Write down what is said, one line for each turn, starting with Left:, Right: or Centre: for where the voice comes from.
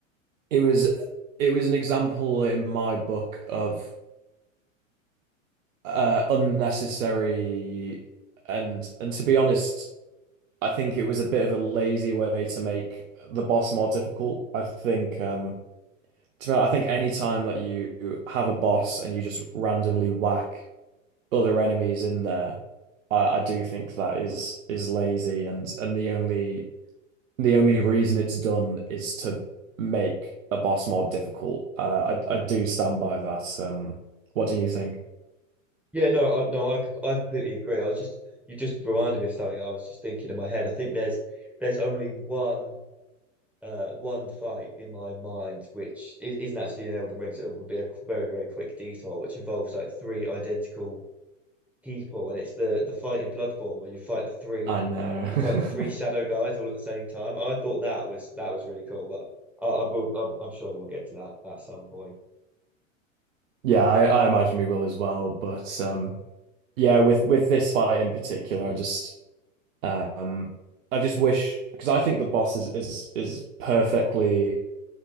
Right: it was it was an example in my book of uh unnecessary and and to be honest, I think it was a bit of a lazy way to make the boss more difficult. I think
Centre: Mhm.
Right: um to be honest, I think any time that you have a boss and you just randomly whack other enemies in there, I, I do think that is is lazy and and the only the only reason it's done is to make a boss more difficult. Uh, I I do stand by that. Um, what do you think?
Centre: Yeah, no, I, no, I c- I completely agree. I was just you just reminded me of something I was just thinking in my head. I think there's there's only one uh one fight in my mind which is, isn't actually an Elden Ring, so it would be a very very quick detour, which involves like three identical people, and it's the the fight in Bloodborne where you fight the three,
Right: I know.
Centre: you
Right: <laughs>
Centre: fight the three shadow guys all at the same time. I thought that was that was really cool, but I, I will I'm, I'm sure we'll get to that at some point.
Right: Yeah, I, I imagine we will as well. But um, yeah, with with this fight in particular, I just um, I just wish because I think the boss is is is perfectly.